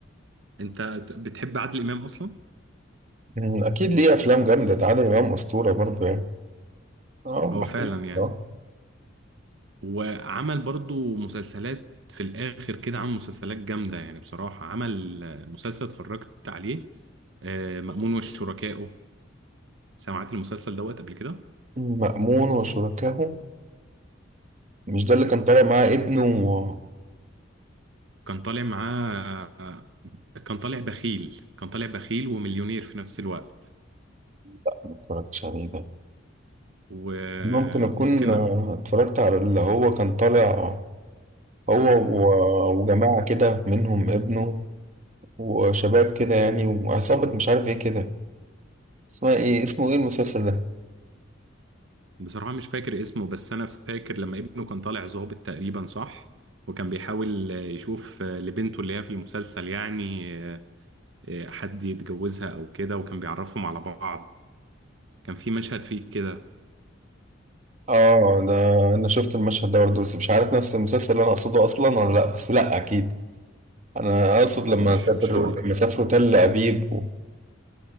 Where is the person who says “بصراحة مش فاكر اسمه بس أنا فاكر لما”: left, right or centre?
Right